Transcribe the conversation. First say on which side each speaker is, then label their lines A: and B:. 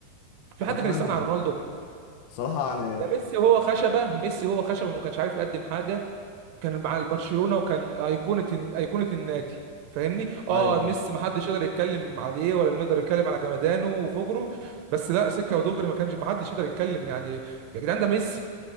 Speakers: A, on the right; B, on the left.
A: في
B: انا
A: حد
B: فاهم
A: كان يستغنى عن رونالدو
B: صراحة يعني
A: ده ميسي هو خشبه ميسي هو خشبه ما كانش عارف يقدم حاجه كان مع البرشلونه وكان ايقونه ايقونه النادي فاهمني اه
B: ايوه
A: ميسي ما حدش يقدر يتكلم عليه ولا نقدر يتكلم على جمدانه وفجره بس لا سكه ودغري ما كانش ما حدش يقدر يتكلم يعني يا جدعان ده ميسي